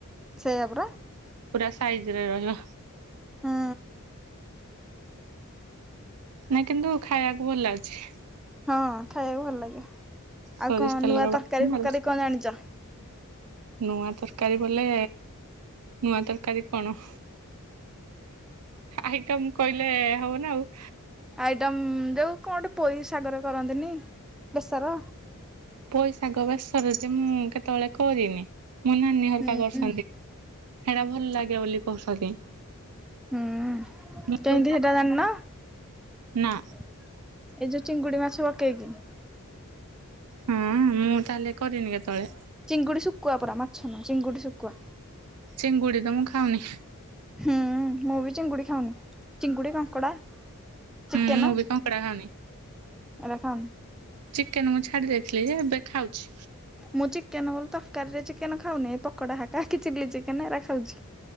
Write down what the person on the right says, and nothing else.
ପୁରା ସାଇଜରେ ରହିବ।
ନାଇଁ କିନ୍ତୁ ଖାଇବାକୁ ଭଲ ଲାଗୁଛି।
ସୋରିଷ
ତେଲର
ବାସ୍ନା
ନୂଆ ତରକାରୀ ବୋଲେ ନୂଆ ତରକାରୀ କଣ ଆଇଟମ୍ କହିଲେ ହବନା ଆଉ।
ପୋଇ ଶାଗ ବେଷର ଯେ ମୁଁ କେତେବେଳେ କରିନି ମୋ ନାନୀ ହରିକା
କରୁସନ୍ତି।
ହେରା ଭଲ ଲାଗେ ବୋଲି କହୁଛନ୍ତି।
ମୁଁ
ପୋଇ ଶାଗ
ନା
ହଁ ମୁଁ ତାହେଲେ କରିନି କେତେବେଳେ।
ଚିଙ୍ଗୁଡ଼ି ତ ମୁଁ ଖାଉନି।
ହୁଁ ମୁଁ ବି କଙ୍କଡା ଖାଉନି।
ଚିକେନ ମୁଁ ଛାଡି ଦେଇଥିଲି ଯେ ଏବେ ଖାଉଛି।